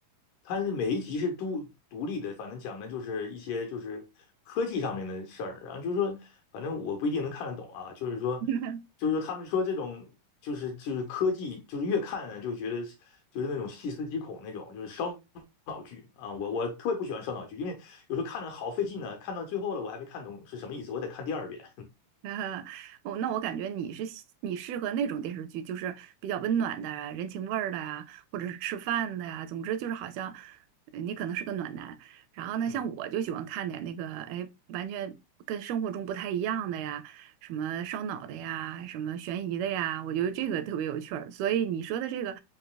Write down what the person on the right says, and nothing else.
<laughs>
<laughs> 呃，我那我感觉你是喜你适合那种电视剧，就是比较温暖的啊、人情味儿的呀，或者是吃饭的呀，总之就是好像呃你可能是个暖男。然后呢，
像我就喜欢看点那个，哎，完全跟生活中不太一样的呀，什么烧脑的呀，什么悬疑的呀，我觉得这个特别有趣儿。所以你说的这个